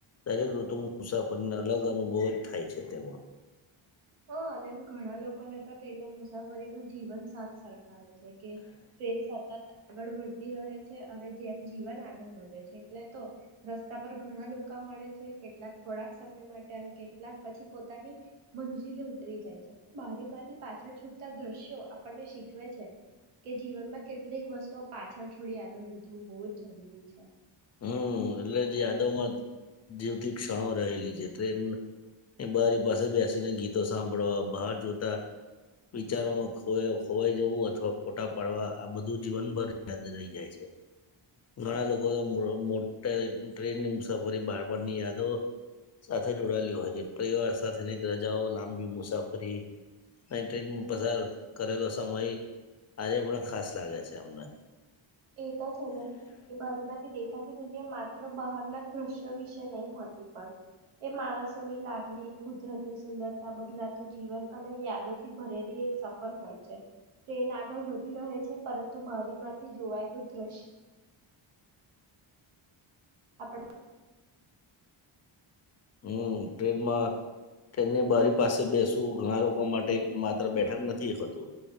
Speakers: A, on the left; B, on the right.
A: દરેક ઋતુ મુસાફરીને અલગ અનુભવ જ થાય છે તેમાં
B: હા અને એમ ઘણા લોકોને હતા ટ્રેનમાં મુ મુસાફરી નું જીવન સા સરખાવે છે કે ટ્રેન સતત આગળ વધતી રહે છે અને જેમ જીવન આગળ વધે છે એટલે તો રસ્તા પર ઘણા લોકો મળે છે કેટલાક થોડાક સમય માટે અને કેટલાક પછી પોતાની મ જલે ઉ જાય છે બરી માંથી પાછળ છ. દ્રશ્યો આપણને શીખવે છે કે જીવનમાં કેટલીક વસ્તુઓ પાછળ છોડી આગળ વધવું બહુ જ જરૂરી છે.
A: હમ એટલે યાદોમાં જીવતી ક્ષણો રહેલી છે ટ્રેન એ બારી પાસે બેસીને ગીતો સાંભળવા બહાર જોતા વિચારોમાં ખો ખોવાઈ જવું અથવા ખોટા પાડવા આ બધું જીવનભર યાદ રહી જાય છે ઘણા લોકો મોટ ટ્રેનની મુસાફરી બાળપણની યાદો સાથે જોડાયેલી હોય છે પરિવાર સાથેની રજાઓ લાંબી મુસાફરી અને ટ્રેનમાં પસાર કરેલો સમય આજે પણ ખાસ લાગે છે અમને
B: એ તો છે એ બાજમાંથી દેખ આખાતી દુનિયા માત્ર બહારના જ દ્રશ્યો વિશે નહી હોતી પણ એ માણસોની લાગણી કુદરતની સુંદરતા બદલાતું જીવન અને યાદોથી ભરેલી એક સફર હોય છે ટ્રેન આગળ વધી રહે છે પરંતુ બારી માંથી જોવાયેલું દ્રશ્ય આપ
A: હમ ટ્રેનમાં ટ્રેનની બારી પાસે બેસવું ઘણા લોકો માટે માત્ર બેઠક નથી હતું